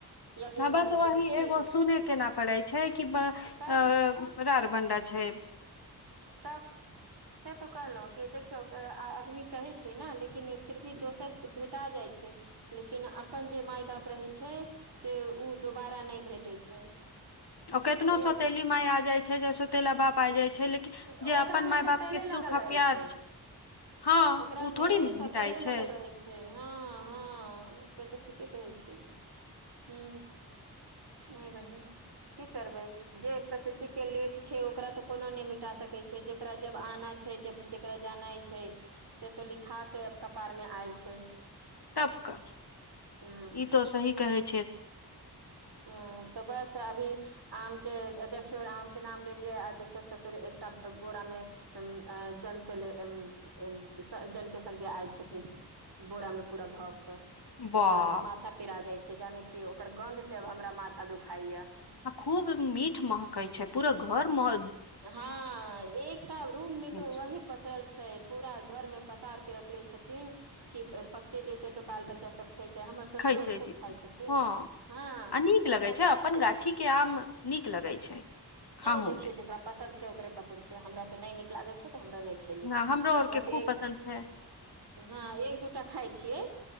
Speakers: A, on the right; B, on the left.
A: या बिन
B: हां बस
A: मर्द
B: ओही
A: के छी
B: एगो सुने के ना पड़ै छै कि ब
A: तब
B: अ रारबंडा छै
A: तब से तो कहलहुं कि देखियौ आदमी कहै छै ने लेकिन फिर भी दोसर भेटा जाइ छै लेकिन अपन जे माय बाप रहै छै से ओ दोबारा नहि भेटै छै
B: ओ
A: बुझलियै
B: केतनो सौतेली माय आ जाइ छै चाहे सौतेला बाप आ जाइ छै लेकिन
A: तऽ
B: जे
A: ओकरामे
B: अपन माय
A: सौतेले
B: बाप के सुख
A: लागल
B: आ
A: रहै
B: प्यार
A: छै
B: हँ
A: ओकरा
B: ओ
A: मे
B: थोड़ी
A: सौतेले
B: भेटाइ
A: लगल
B: छै
A: रहे छै हँ हँ से तऽ ठीके कहै छी ह नहि बहिन की करबै जे प्रकृति के लेख छै ओकरा तो कोनो ने मि टा सकै छै जकरा जब आना छै जब जकरा जाना छै से तो लिखा केब कपार मे आयल छै
B: तबका
A: ह
B: ई तो सही कहै छै
A: ह तऽ बस अभी आम के देखियौ आम के नाम लेलियै आ देखियौ ससुर एकटा बोरा मे जन से जन <unintelligible> के सज्जल के संग आयल छथिन बोरा मे पूरा भग कऽ
B: वाह
A: हमरा तऽ माथा पिरा जाइ छै जानै छियै ओकर गन्ध से हमरा माथा दुखाइया
B: आ खूब मीठ महकई छै पूरा घर मे
A: हँ एकटा रूम में तो
B: मीठ
A: वहि
B: से
A: पसरल छै पूरा घर मे पसार के रखले छथिन कि पकते जेते तो बाल बच्चा सब खेते हमर ससुरो
B: खैते
A: खूब
B: जेतै
A: खाय छथिन
B: हँ
A: हँ
B: आ नीक
A: हुनको
B: लगै छै
A: काटिक
B: अपन गाछी के आम नीक लगे छै खाहू
A: ए देखियो
B: मे
A: जेकरा पसन्द छै ओकरे पसन्द छै हमरा ते न नीक लागे छै तऽ हमरा नहि छै
B: ह हमरो आर
A: बस
B: के खूब
A: एक
B: पसन्द छै
A: हँ एक दूटा खाय छियै